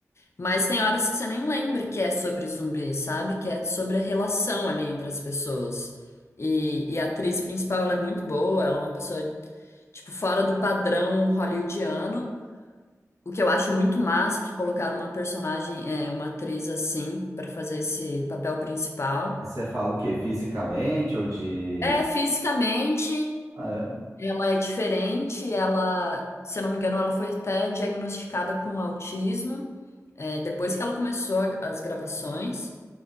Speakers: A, on the left (about 50°); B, on the right (about 70°).
A: Mas tem horas que você nem lembra que é sobre zumbi, sabe? Que é sobre a relação ali entre as pessoas. E, e a atriz principal, ela é muito boa, ela é uma pessoa, tipo, fora do padrão hollywoodiano. O que eu acho muito massa é que colocaram uma personagem, é, uma atriz assim, pra fazer esse papel principal.
B: Você fala o quê? Fisicamente ou de.
A: É, fisicamente.
B: ah, é,
A: Ela é diferente, ela, se eu não me engano, ela foi até diagnosticada com autismo, é, depois que ela começou a- as gravações.